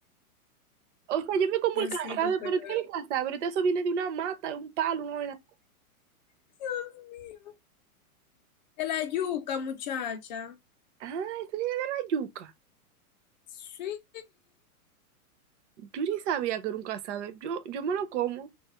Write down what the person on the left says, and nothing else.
Diosito,
perdón.
Dios mío. De la yuca, muchacha.
Sí.